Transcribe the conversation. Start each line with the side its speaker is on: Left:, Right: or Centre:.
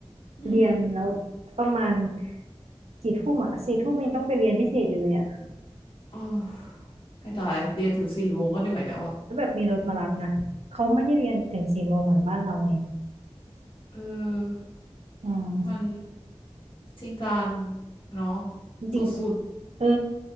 Left: อืม
Right: เรียนแล้วประมาณกี่ทุ่มอ่ะสี่ทุ่มยังต้องไปเรียนพิเศษอยู่เลยอ่ะ
Left: โอ้ให้ตายเรียนถึงสี่โมงก็เหนื่อยแล้วอะ
Right: แล้วแบบมีรถมารับนะเขาไม่ได้เรียนถึงสี่โมงเหมือนบ้านเราไง
Left: เออ
Right: อืม
Left: มันจริงจังเนาะ
Right: จริงๆเออ
Left: สุด